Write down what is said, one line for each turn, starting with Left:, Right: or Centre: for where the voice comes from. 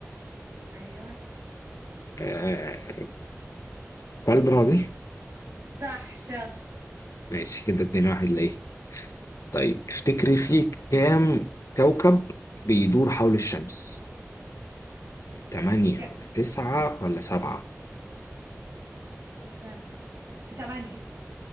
Right: ايوه
Left: آه... كالبرا دي
Right: صح شاطر
Left: ماشي كده اتنين واحد ليه طيب افتكري في كام كوكب بيدور حول الشمس تمانية
Right: ك...
Left: ولا تسعة ولا سبعة
Right: استنى تمانية